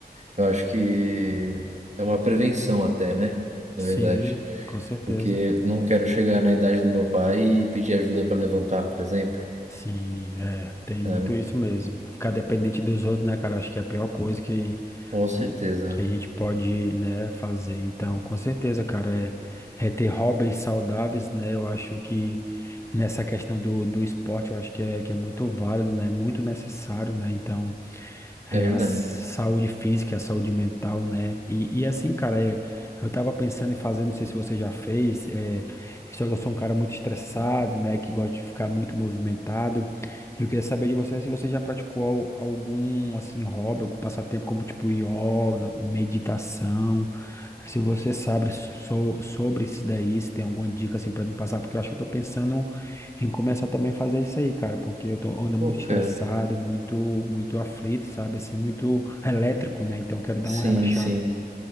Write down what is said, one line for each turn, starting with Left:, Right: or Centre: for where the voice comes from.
Right: eu acho que é uma prevenção até, né? Na
Left: Sim,
Right: verdade.
Left: com certeza.
Right: Porque não quero chegar na idade do meu pai e pedir ajuda para levantar, por exemplo,
Left: Sim, é, tem
Right: sabe?
Left: muito isso mesmo. Ficar dependente dos outros, né, cara? Acho que é a pior coisa que,
Right: Com certeza,
Left: hum, que a gente pode, né, fazer. Então, com certeza, cara, é, é ter hobbies saudáveis, né? Eu acho que nessa questão do, do esporte, eu acho que é, que é muito válido, né? Muito necessário, né? Então. é,
Right: é verdade.
Left: a saúde física, a saúde mental, né? E, e assim, cara, é, eu tava pensando em fazer, não sei se você já fez, é, só que eu sou um cara muito estressado, né? Que gosta de ficar muito movimentado. Eu queria saber de você se você já praticou al- algum, assim, hobby, algum passatempo, como tipo yoga, meditação. Se você sabe so- sobre isso daí, se tem alguma dica, assim, pra me passar, porque eu acho que eu tô pensando. E começar também a fazer isso aí, cara, porque eu tô, ando
Right: Pô,
Left: muito
Right: cara.
Left: estressado, muito, muito aflito, sabe? Assim, muito elétrico, né? Então eu quero dar
Right: Sim,
Left: uma relaxada.
Right: sim.